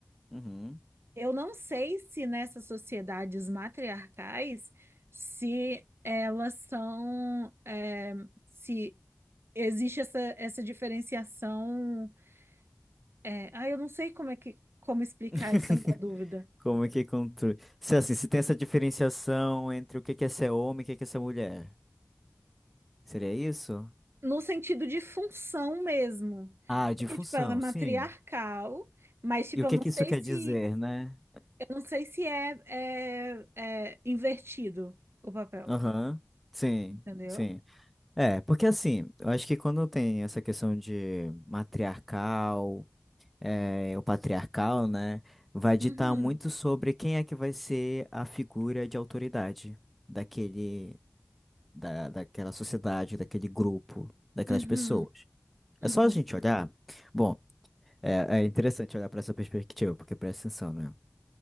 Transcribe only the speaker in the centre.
Uhum.
<laughs>
Como é que controle? Se assim, se tem essa diferenciação entre o que que é ser homem e o que que é ser mulher. Seria isso?
Ah, de
função,
sim.
E o
que
que
isso quer
dizer, né?
Aham. Sim.
Sim. É, porque assim, eu acho que quando tem essa questão de matriarcal, é, o patriarcal, né, vai ditar
muito sobre quem é que vai ser a figura de autoridade daquele da, daquela sociedade, daquele grupo, daquelas
pessoas.
É só a gente olhar. Bom, é, é interessante olhar para essa perspectiva, porque presta atenção, né?